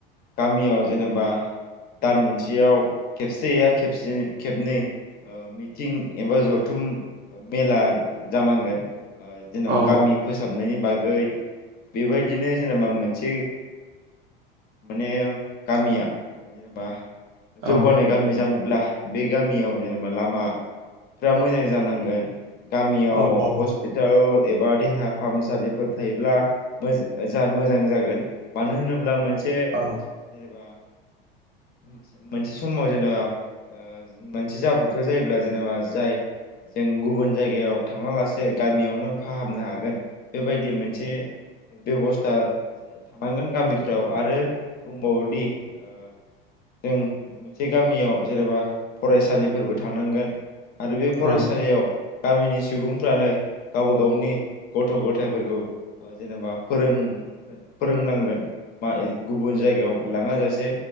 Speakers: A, on the left; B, on the right.
A: गामियाव जेनेबा दान मोनसेयाव खेबसेया खेबसेनै खेबनै ओ मिटिं एबा जथुम ओ मेला जानांगोन। ओ जेनेबा
B: औ
A: गामि फोसाबनायनि बाग गै बेबायदिनो जेनेबा मोनसे माने गामिया जेनेबा जौगानाय
B: औ
A: गामि जानोब्ला बे गामियाव जेनेबा लामाफ्रा मोजां जानांगोन। गामियाव
B: औ औ
A: हस्पिटाल एबा देहा फाहामसालिफोर थायोब्ला मोज ओ जाहा मोजां जागोन मानो होनोब्ला मोनस से जेनेबा
B: औ
A: मोनसे मोनसे समाव जेनेबा ओज मोनसे जाब्रबथाय जायोब्ला जेनेबा जाय जों गुबुन जायगायाव थाङा लासे गामियावनो फाहामनो हागोन। बेबायदि मोनसे बेबस्था ओ थानांगोन गामिफ्राव आरो बुंबावोदि ओ जों मोनसे गामियाव जेनेबा फरायसालिफोरबो थानांगोन। आरो बे फरायसालियाव
B: औ
A: गामिनिस सुबुंफ्रानो गावबा गावनि गथ' गथायफोरखौ ओ जेनेबा फोरों गोन फोरोंनांगोन बा एग गुबुन जायगायाव लाङा जासे